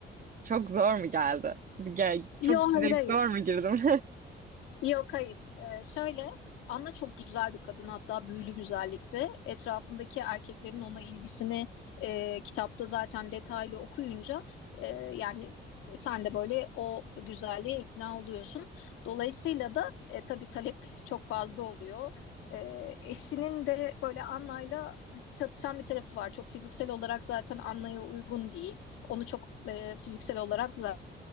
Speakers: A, on the right; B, on the left.
A: Çok zor mu geldi? Gel, çok
B: Yok,
A: direkt
B: hayır, hayır.
A: zor mu girdim?
B: Yok hayır. Ee, şöyle Anna çok güzel bir kadın hatta büyülü güzellikte. Etrafındaki erkeklerin ona ilgisini e, kitapta zaten detaylı okuyunca e, yani s- sen de böyle o güzelliğe ikna oluyorsun. Dolayısıyla da e, tabii talep çok fazla oluyor. E, eşinin de böyle Anna'yla çatışan bir tarafı var. Çok fiziksel olarak zaten Anna'ya uygun değil. Onu çok e, fiziksel olarak